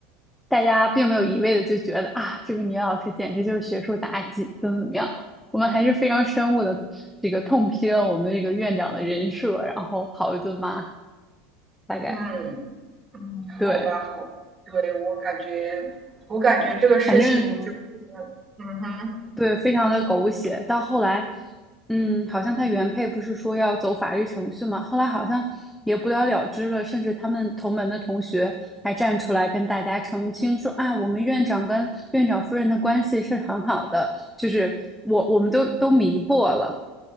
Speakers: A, in the centre; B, on the right (about 25°).
A: 大家并没有一味的就觉得啊，这个女老师简直就是学术妲己，怎么怎么样。我们还是非常深恶的这个痛批了我们的这个院长的人设，然后好一顿骂，大概
B: 嗯嗯，好吧，
A: 对，
B: 好吧，对，我感觉，我感觉这个事情就是，
A: 反正
B: 嗯哼，
A: 对，非常的狗血。到后来，嗯，好像他原配不是说要走法律程序嘛，后来好像也不了了之了。甚至他们同门的同学还站出来跟大家澄清说啊，我们院长跟院长夫人的关系是很好的，就是我我们都都迷惑了。